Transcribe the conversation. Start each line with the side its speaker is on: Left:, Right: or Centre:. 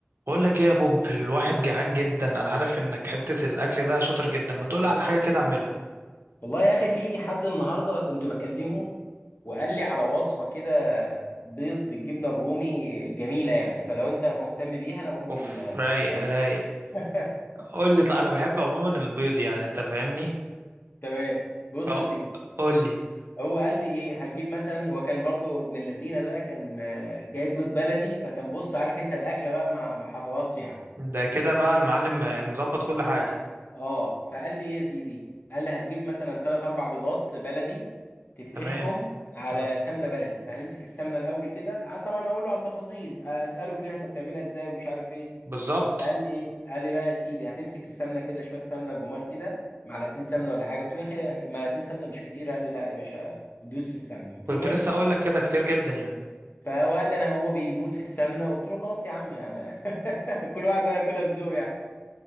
Right: بقول لك ايه يا بوب الواحد جعان جدا انا عارف انك حتة الاكل ده شاطر جدا ما تقول على حاجة كده اعملها
Left: والله يا اخي في حد النهارده كنت بكلمه وقال لي على وصفه كده بيض بالجبنه الرومي جميله يعني فلو انت مهتم بيها انا ممكن
Right: اوف رايق
Left: اقول
Right: رايق
Left: <laughs>
Right: قول لي انا بحب عموما البيض يعني انت فاهمني
Left: تمام بص
Right: ف-
Left: يا سيدي
Right: قول لي
Left: هو قال لي ايه هتجيب مثلا هو كان برضو ابن اللذينه ده كان آه، جايب بيض بلدي فكان بص عارف انت الاكله بقى ما ما حصلتش يعني
Right: ده كده بقى المعلم يعني مظبط كل حاجة
Left: اه فقال لي ايه يا سيدي قال لي هتجيب مثلا ثلاث اربع بيضات بلدي تفقشهم
Right: تمام
Left: على
Right: تمام
Left: سمنه بلدي فهنمسك السمنه الاول كده قعدت طبعا اقول له على التفاصيل اساله فيها انت بتعملها ازاي ومش عارف ايه
Right: بالظبط
Left: فقال لي ايه قال لي بقى يا سيدي هتمسك السمنه كده شويه سمنه جمال كده معلقتين سمنه ولا حاجه قلت له يا اخي معلقتين سمنه مش كتير قال لي لا يا باشا دوس في السمنه قلت
Right: كنت
Left: له ماشي
Right: لسه اقول لك كده كتير جدا يعني
Left: فهو قال لي انا هو بيموت في السمنه قلت له خلاص يا عم انا <laughs> كل واحد بقى ياكلها بذوق يعني